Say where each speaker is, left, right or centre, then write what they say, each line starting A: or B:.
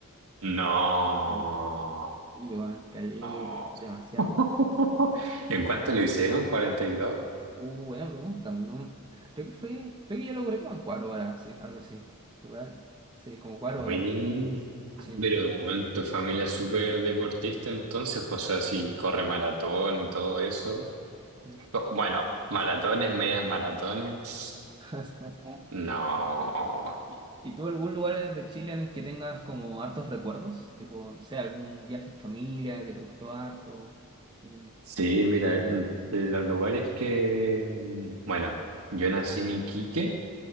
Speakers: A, on the right; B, on the right.
A: No.
B: Sí. Y bueno, caleta,
A: No.
B: demasiado.
A: <laughs> ¿En cuánto lo hicieron? Cuarenta y dos.
B: Uh, buena pregunta. no- creo que fue, creo que yo lo corrí como en cuatro horas, sí, algo así. Igual, sí, como cuatro
A: Muy.
B: horas, sí.
A: Pero bueno, tu familia es súper deportista entonces, pues, o sea, si corre maratón y todo eso.
B: sí.
A: Co- Bueno, maratones, medias maratones. tss,
B: <laughs>
A: No.
B: Sí. ¿Y, y tú algún lugar de Chile en el que tengas como hartos recuerdos? Tipo, no sé, algún viaje en familia que te gustó harto. Así como,
A: Sí, mira, mm, los lugares que... mm, Bueno, yo nací en Iquique,